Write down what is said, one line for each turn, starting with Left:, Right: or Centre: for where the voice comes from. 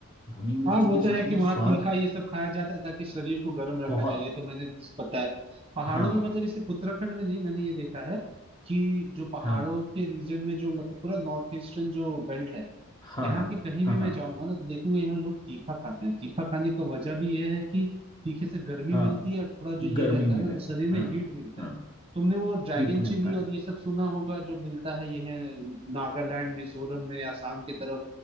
Left: भुनी मिर्ची
Right: हाँ, वो
Left: के
Right: तो
Left: साथ
Right: है कि
Left: ना
Right: वहाँ
Left: स्वाद
Right: तीखा ये सब खाया जाता है ताकि शरीर को गर्म रखा
Left: बहुत
Right: जाए ये तो मैंने पता है पहाड़ों
Left: हाँ
Right: में मतलब ये सिर्फ उत्तराखंड में नहीं मैंने ये देखा है कि जो पहाड़ों
Left: हाँ
Right: के रीजन में जो मतलब पूरा नॉर्थ ईस्टर्न जो बेल्ट है
Left: हाँ
Right: यहाँ
Left: हाँ
Right: के कहीं
Left: हाँ
Right: भी मैं
Left: हाँ
Right: जाऊंगा ना तो देखूंगा यहाँ लोग तीखा खाते हैं तीखा खाने का वजह भी यह है कि तीखे से गर्मी
Left: हाँ
Right: मिलती है और थोड़ा जो ये
Left: गर्मी
Right: रहता
Left: मिले
Right: है ना तो शरीर में
Left: हाँ
Right: हीट मिलता
Left: हाँ
Right: है तुमने वो ड्रैगन
Left: हीट मिलता
Right: चिली
Left: है
Right: और ये सब सुना होगा जो मिलता है ये है नागालैंड मिजोरम में आसाम की तरफ